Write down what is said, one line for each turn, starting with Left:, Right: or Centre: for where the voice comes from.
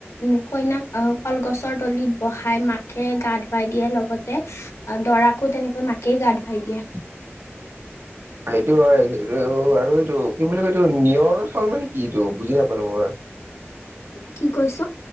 Left: উম কইনাক অ কলগছৰ তলিত বহাই মাকে গা ধুৱাই দিয়ে। লগতে দৰাক আকৌ তেনেকৈ মাকেই গা ধুৱাই দিয়ে।
Right: সেইটো হয়, এই আৰু এইটো কি বুলি ক এইটো নিয়ৰ চাউল মান নে কি এইটো বুজি নাপালো মই।
Left: কি কৈছ।